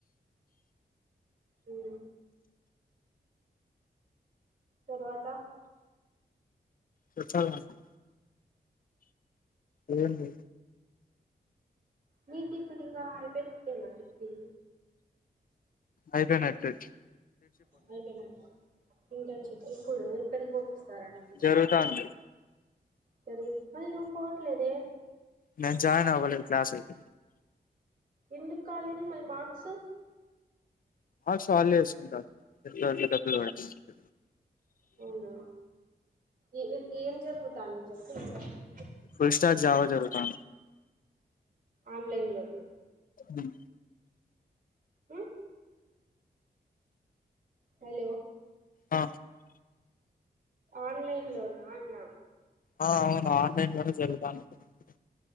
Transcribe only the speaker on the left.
<unintelligible> అనుకుంటున్నా ఏంది
అయిపేనట్టే
జరుగుతాంది
నేను జాయిన్ అవ్వలేదు క్లాసులకి
మర్క్స్ వాళ్ళే ఏసుకుంటారు ఎంతో అంతో డబ్బులు పడె <unintelligible>
ఫుల్ స్టార్ జావా జరుగుతాంది
ఉమ్
ఆ
ఆ అవును ఆన్లైన్ లోనే జరుగుతాంది ఇప్